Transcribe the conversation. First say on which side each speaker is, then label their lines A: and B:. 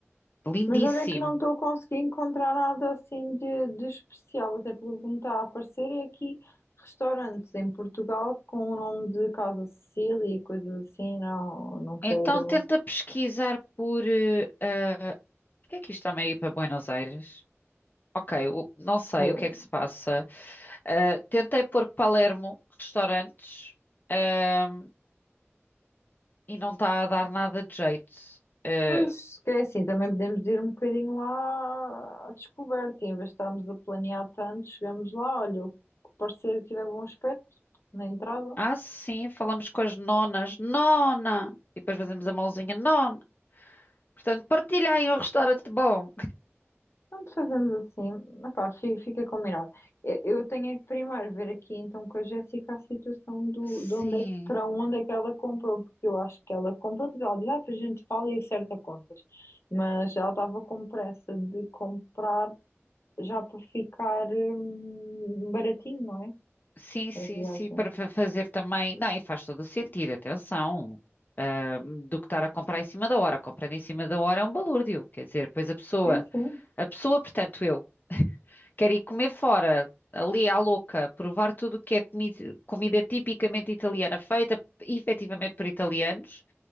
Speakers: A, on the left (about 40°); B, on the left (about 65°).
A: Lindíssimo.
B: Mas olha que não estou a conseguir encontrar nada assim de, de especial, até porque o que me está a aparecer é aqui restaurantes em Portugal com o nome de Casa Cecília e coisas assim, não, não quero.
A: Então tenta pesquisar por. eh, ah, Por que é que isto está ir para Buenos Aires? Ok, o- não sei
B: Pois,
A: o que é que se passa. Ah, tentei pôr Palermo, restaurantes, ahm, e não está a dar nada de jeito. Ah,
B: pois, que é assim, também podemos ir um bocadinho lá à descoberta, em vez de estarmos a planear tanto, chegamos lá, olha, o que parecer que tiver bom aspecto na entrada,
A: Ah, sim, falamos com as nonas. Nona! E depois fazemos a mãozinha. Nona! Portanto, partilhem um restaurante bom.
B: Pronto, fazemos assim. Epá, fi- fica combinado. Eu eu tenho é que primeiro ver aqui então com a Jéssica a situação do,
A: Sim,
B: de onde é, que- para onde é que ela comprou, porque eu acho que ela comprou, porque ela diz, ah, para a gente fala e acerta contas. Mas ela estava com pressa de comprar já para ficar hum, baratinho, não é?
A: sim, sim,
B: A viagem.
A: sim, para fa- fazer também. Não, e faz todo o sentido, atenção. Ah, do que estar a comprar em cima da hora. Comprando em cima da hora é um balúrdio. Quer dizer, pois a pessoa,
B: Sim, sim.
A: a pessoa, portanto, eu, quer ir comer fora, ali à louca, provar tudo o que é comida, comida tipicamente italiana, feita efetivamente por italianos.